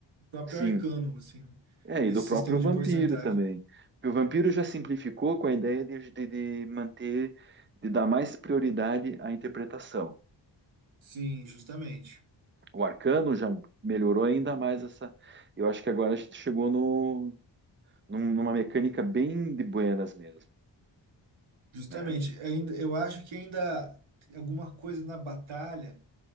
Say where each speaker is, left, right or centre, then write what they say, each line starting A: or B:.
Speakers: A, on the right; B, on the right.
A: próprio
B: sim,
A: Arcanum, assim, né?
B: é,
A: Desse
B: e do próprio
A: sistema de
B: vampiro
A: porcentagem.
B: também. Porque o vampiro já simplificou com a ideia de, de, de manter, de dar mais prioridade à interpretação.
A: Sim, justamente.
B: O Arcano já melhorou ainda mais essa. Eu acho que agora a gente chegou no, num- numa mecânica bem de buenas mesmo,
A: Justamente,
B: né?
A: ainda, eu acho que ainda alguma coisa na batalha